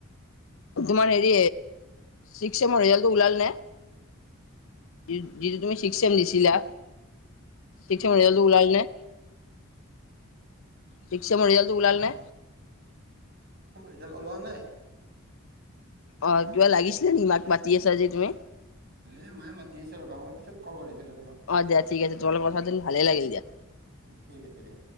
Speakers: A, on the left; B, on the right.
A: তোমাৰ হেৰি চিক্স ছেমৰ ৰিজালটটো ওলাল নে? যিটো তুমি চিক্স চেম দিছিলা? পিছে <unintelligible> উলাল নে? পিক্সেমৰ ৰিজাল্ট টো ওলাল নে?
B: ৰিজাল্ট ওলোৱা নাই।
A: অ', কিবা লাগিছিলে নেকি মাক মাতি আছা যে তুমি?
B: এ মায়ে মাতি আছে ৰ'বা মই পিছত কল কৰি আছিলো দে তোমাক।
A: অ দিয়া ঠিক আছে তোমাৰ লগত কথা পাতি ভালে লাগিল দিয়া
B: ঠিক আছে দিয়া।